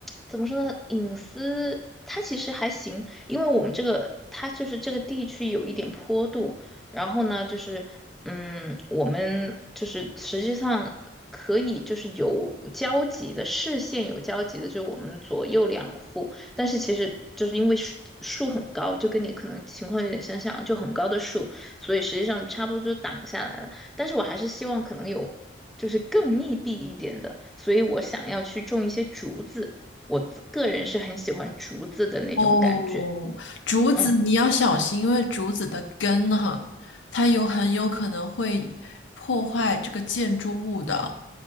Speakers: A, in the centre; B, on the left.
A: 怎么说呢，隐私它其实还行，因为我们这个它就是这个地区有一点坡度，然后呢，就是嗯，我们就是实际上。可以，就是有交集的视线有交集的，就是我们左右两户，但是其实就是因为树树很高，就跟你可能情况有点相像啊，就很高的树，所以实际上差不多就挡下来了。但是我还是希望可能有就是更密闭一点的，所以我想要去种一些竹子。我自个人是很喜欢竹子的那种感觉。
B: 哦，竹子你要小心，
A: 嗯
B: 因为竹子的根哈，它有很有可能会破坏这个建筑物的，